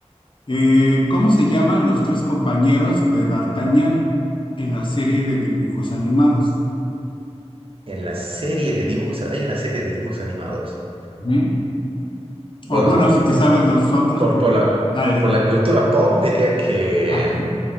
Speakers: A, on the left; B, on the right.
A: eh, ¿cómo se llaman los tres compañeros de D'Artagnan en la serie de dibujos animados?
B: En la serie de dibujos, hay una serie de dibujos animados.
A: Ujú.
B: Bueno,
A: O bueno, si te
B: yo-
A: Mm, sabes los otros,
B: por,
A: pues
B: por la,
A: dale.
B: por la cultura pop diría que...
A: Ajá.